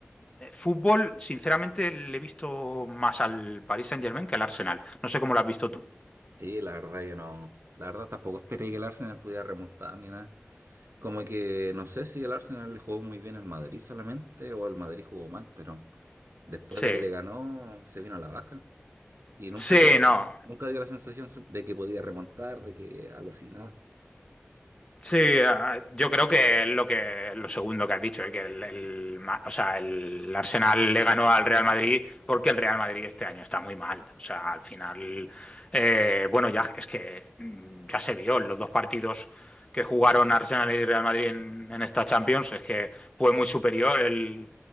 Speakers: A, on the left; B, on the right.
A: eh, Fútbol, sinceramente, le he visto más al Paris Saint-Germain que al Arsenal. No sé cómo lo has visto tú.
B: Sí, la verdad yo no... La verdad tampoco esperé que el Arsenal pudiera remontar ni nada. Como que no sé si el Arsenal le jugó muy bien al Madrid solamente o el Madrid jugó mal, pero después
A: Sí,
B: de que le ganó se vino a la baja. Y nunca
A: sí,
B: tuvo,
A: no.
B: nunca dio la sensación de que podía remontar, de que algo así, nada.
A: Sí, ah, yo creo que es lo que lo segundo que has dicho, eh, que el, el Ma- o sea, el Arsenal le ganó al Real Madrid porque el Real Madrid este año está muy mal. O sea, al final, eh, bueno, ya es que mm, ya se vio en los dos partidos que jugaron Arsenal y Real Madrid en, en esta Champions, es que fue muy superior el,